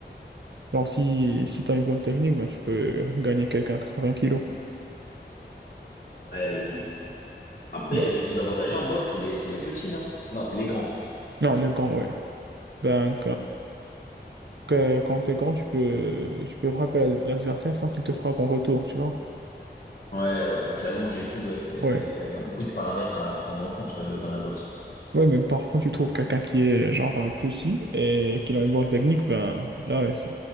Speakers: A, on the right (about 75°); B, on the left (about 45°).
A: Genre, si, si t'as une bonne technique, ben, tu peux gagner quelqu'un à vingts kilos.
B: Ouais, mais bon. Après,
A: Ben,
B: les plus avantagés en boxe, c'est les, c'est les petits, non? Non, c'est les grands.
A: non, les gants, ouais. Ben, que quand t'es grand, tu peux, tu peux frapper l'ad- l'adversaire sans qu'il te frappe en retour, tu vois.
B: Ouais, euh, avec la longe et tout, ouais, c'est,
A: Ouais.
B: il y, a y a beaucoup de paramètres à prendre en compte euh, dans la boxe.
A: Ouais, mais parfois tu trouves quelqu'un qui est genre euh, petit et qui a une bonne technique, ben là, ouais, c'est